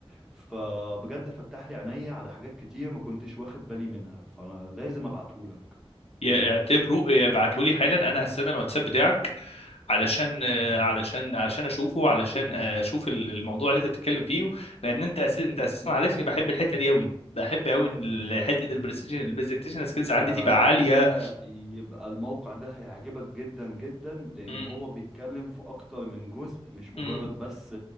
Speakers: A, in the centre; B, on the left.
A: فبجد فتح لي عينيا على حاجات كتير ما كنتش واخد بالي منها فانا لازم ابعتهولك
B: ي- اعتبره ابعته لي حالا انا هستنى الواتساب بتاعك علشان آه، علشان علشان اشوفه علشان آه، اشوف ال- الموضوع اللي انت بتتكلم فيه لان انت أس... انت اساسا عارفني بحب الحته دي قوي بحب قوي ان ال- حته البرزنتيشن البرزنتيشن سكيلز
A: ده
B: عندي تبقى عاليه
A: كده يبقى الموقع ده هيعجبك جدا جدا لان
B: م-
A: هو بيتكلم في اكتر من جزء مش مجرد
B: م-
A: بس